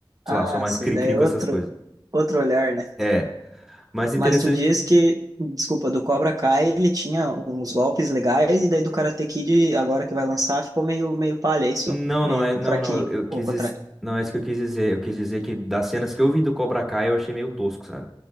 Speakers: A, in the centre; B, on the right (about 45°).
A: sei
B: Ah,
A: lá, sou mais
B: sim,
A: cri-cri
B: daí é
A: com
B: outro,
A: essas coisas.
B: outro olhar, né?
A: É, mas interessante
B: Mas tu diz que, desculpa, do Cobra Kai ele tinha uns golpes legais e daí do Karate Kid, agora que vai lançar, ficou meio, meio palha, é isso?
A: Não,
B: Meio
A: não é, não,
B: fraquinho,
A: não, eu, eu quis,
B: ou ao contrário.
A: diz- não é isso que eu quis dizer. Eu quis dizer que das cenas que eu vi do Cobra Kai eu achei meio tosco, sabe?